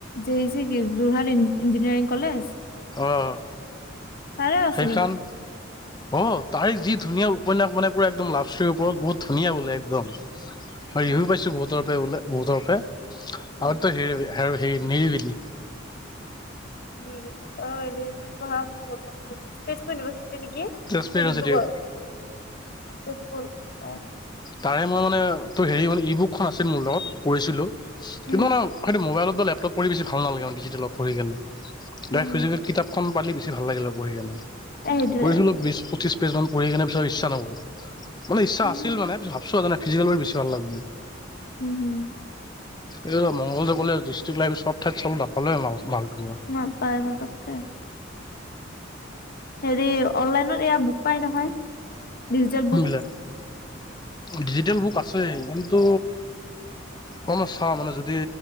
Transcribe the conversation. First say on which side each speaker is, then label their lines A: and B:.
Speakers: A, on the left (about 50°); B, on the left (about 20°).
A: G E C কি যোৰহাট ইঞ্জিনিয়াৰিং কলেজ?
B: অঁ' অঁ'
A: তাৰে আছে
B: সেইখন-
A: নেকি
B: অঁ' তাই যি ধুনীয়া উপন্যাস বনায় পুৰা একদম লাভশ্ৰীৰ ওপৰত বহুত ধুনীয়া বোলে একদম। পাইছো
A: উম
B: বহুতৰ পৰাই বোলে বহুতৰ পৰাই
A: উম
B: আৰু তয় হেৰি- আৰু সেই নিৰিবিলি।
A: নিৰিবিলি অঁ নিৰিবিলি পঢ়া মো বহুত মন আছে। ত তেজপুৰ ইউনিভাৰচিটি নেকি। নে
B: তেজপুৰ ইউনিভাৰ্চিটিৰ
A: ডিব্ৰুগড়, তেজপুৰ অঁ'।
B: তাৰে মই মানে তোৰ হেৰি মানে ই বুকখন আছিল মোৰ লগত পঢ়িছিলো। কিন্তু,
A: উম
B: মানে সেইটো মোবাইলত বা লেপটপ পঢ়ি বছি ভাল নালাগে ডিজিটেল পঢ়ি কেনে। নাই
A: উম
B: ফিজিকেল
A: উম
B: কিতাপখন পালি বেছি ভাল লাগি হয় পঢ়ি কেনে,
A: সেইটোৱে
B: পঢ়িছিলো বিশ-পঁচিশ- পেজ মান পঢ়ি কিনে পিছত ইচ্ছা নগল মানে ইচ্ছা
A: উম
B: আছিল মানে ভাবছো মানে ফিজিকেল খন বেছি ভাল লাগব।
A: উম' হুম'।
B: এই মংগলদৈ কলেজ ডিষ্ট্ৰিক্ট লাইব্ৰেৰী চব ঠাইত চল নাপালে মালটো মোৰ।
A: নাপায় পুটোককে। হেৰি অনলাইনত এয়া বুক পাই নহয়, ডিজিটেল
B: কোনবিলাক
A: বুক।
B: ডিজিটেল বুক আছে কিন্তু অকমান চাওঁ মানে যদি-